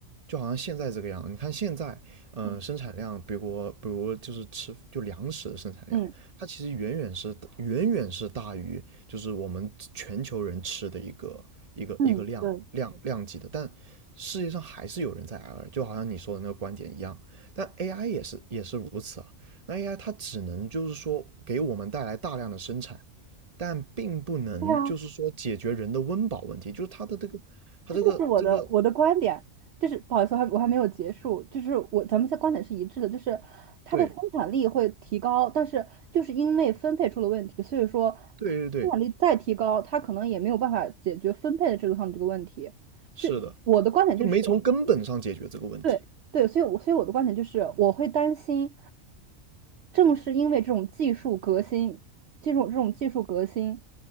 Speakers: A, on the right; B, on the right.
A: 就好像现在这个样，你看现在，嗯、
B: 嗯，
A: 呃生产量，比如比如就是吃就粮食的生产量，
B: 嗯
A: 它其实远远是远远是大于就是我们全球人吃的一个一个一个量量量级的，
B: 嗯，对，
A: 但世界上还是有人在挨饿，就好像你说的那个观点一样，但 AI 也是也是如此啊，那 AI 它只能就是说给我们带来大量的生产，但并不能就是说解决人的温饱问题，
B: 对啊。
A: 就是它的这个它这个这个
B: 这就是我的我的观点，就是不好意思，我还我还没有结束，就是我咱们的观点是一致的，就是它的生产力会提高，
A: 对。
B: 但是就是因为分配出了问题，所以说它生产力再提高，
A: 对对对，
B: 它可能也没有办法解决分配的制度上的这个问题，
A: 是的，
B: 所以我的观点就是，
A: 就没从根本上解决这个问题，
B: 对对，所以我所以我的观点就是，我会担心，正是因为这种技术革新，这种这种技术革新